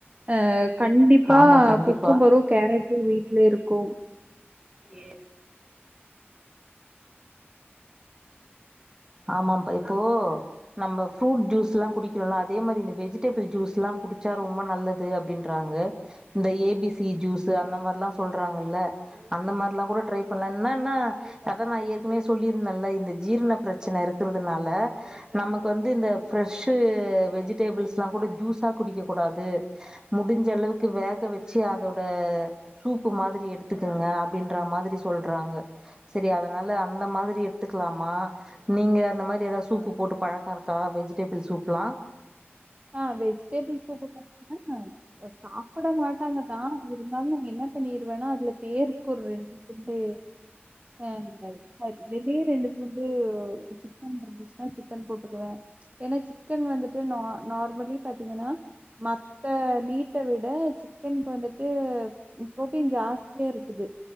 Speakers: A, on the right; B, on the right.
A: அ கண்டிப்பா
B: ஆமா கண்டிப்பா
A: குக்கும்பரூ கேரட்டூ வீட்ல இருக்கு
B: ஏ ஆமாப்பா இப்போ நம்ம ஃப்ரூட் ஜூஸ்ல்லா குடிக்கிறோலா அதே மாதிரி இந்த வெஜிடபிள் ஜூஸ்ல்லா குடிச்சா ரொம்ப நல்லது அப்பிடின்ற வாங்க இந்த ஏ பி சி ஜூஸ் அந்த மாரில்லா சொல்றாங்கல்ல அந்த மார்லா கூட ட்ரை பண்ண என்னன்னா அதா நா ஏற்கனவே சொல்லியிருந்தன்ல இந்த ஜீரண பிரச்சன இருக்கறதுனால நமக்கு வந்து இந்த ஃபிரஷ்ஷு வெஜிடேபிள்ஸெல்லா கூட ஜூஸ் குடிக்கக் கூடாது முடிஞ்ச அளவுக்கு வேக வெச்சு அதோட சூப்பு மாதிரி எடுத் டுத்துக்கோங்க அப்பிடின்ற மாதிரி சொல்றாங்க செரி அதனால அந்த மாதிரி எடுத்துக்கலாமா நீங்க அந்த மாதிரி ஏதாவது சூப்பு போட்டு பழக்கோ இருக்கா வெஜிடேபிள் சூப்லா
A: ஆ வெஜிடேபிள் சூப்பு <inaudible> அ சாப்புட மாட்டாங்கதா இருந்தாலு என்ன பண்ணிருவேனா அதுல ஒரு பேருக்கு ரெண்டு அ <unintelligible> ரெண்டே ரெண்டு ஃபுட்டோ சிக்கன் இருந்துச்சுன்னா சிக்கன் போட்டுக்குவே ஏன்னா சிக்கன் வந்துட்டு நா நார்மலி பாத்தீங்கன்னா மத்த மீட்ட விட சிக்கன் இப்ப வந்துட்டு பு்ரோட்டீன் ஜாஸ்தியாருக்குது